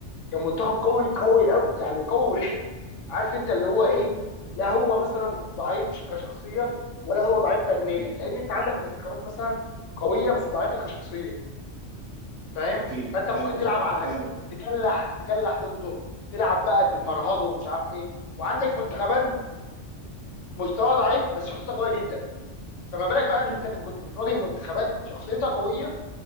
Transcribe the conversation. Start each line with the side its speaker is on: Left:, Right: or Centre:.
Left: كان منتخب قوي قوي قوي يعني قوي ورخم عارف انت اللي هو
Right: م.
Left: ايه لا هو مثلا ضعيف كشخصيه ولا هو ضعيف فنيا
Right: م.
Left: لان انت عندك منتخبات مثلا قويه بس ضعيفه كشخصيه فاهم
Right: اكيد
Left: فانت
Right: فاهم
Left: ممكن
Right: قصدي
Left: تلعب على
Right: فاهم
Left: تكلح تكلح ضده تلعب بقى تفرهده ومش عارف ايه وعندك منتخبات
Right: مم،
Left: مستوى ضعيف بس شخصيتها قويه جدا فما بالك بقى
Right: مم،
Left: ان انت بت- كنت بتواجه منتخبات شخصيتها قويه